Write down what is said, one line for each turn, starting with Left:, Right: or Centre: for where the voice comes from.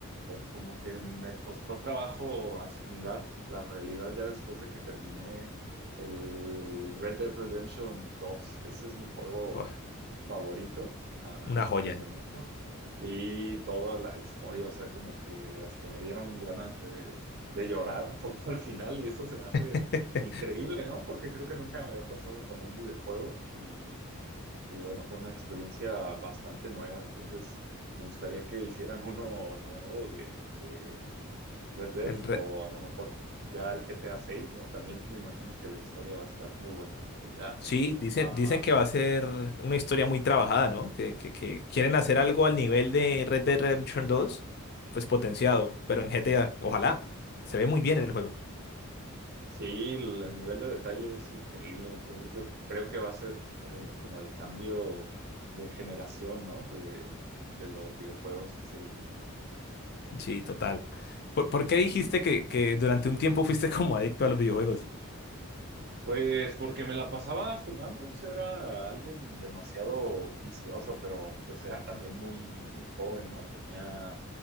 Right: como que me costó trabajo asimilar la realidad ya después de que terminé el Red Dead Redemption dos. Ese es mi juego
Left: Buah,
Right: favorito ah,
Left: una
Right: hasta
Left: joya.
Right: el momento. Sí, toda la historia, o sea, como que hasta me dieron ganas de, de llorar un poco <laughs> al final y eso se me hace
Left: <laughs>
Right: increíble, ¿no? Porque creo que nunca me había pasado con un videojuego y, y bueno, fue una experiencia bastante nueva, entonces me gustaría que hicieran uno nuevo de, de Red Dead
Left: El re-
Right: o a lo mejor ya el GTA seis ¿no? También me imagino que la historia va a estar muy buena porque ya...
Left: Sí, dicen,
Right: ah,
Left: dicen que va a ser una historia muy trabajada, ¿no? Que, que, que quieren hacer algo al nivel de Red Dead Redemption 2, pues potenciado,
Right: ah,
Left: pero en GTA, ojalá. Se ve muy bien el juego.
Right: Sí, el, el nivel de detalle es increíble, entonces yo creo que va a ser eh, como el cambio de generación, ¿no? De, de los videojuegos que se vienen.
Left: Sí, total. ¿Por, por qué dijiste
Right: Ujú.
Left: que, que durante un tiempo fuiste <laughs> como adicto a los videojuegos?
Right: Pues porque me la pasaba jugando, o sea, era alguien demasiado vicioso, pero pues era también muy, muy joven, ¿no? Tenía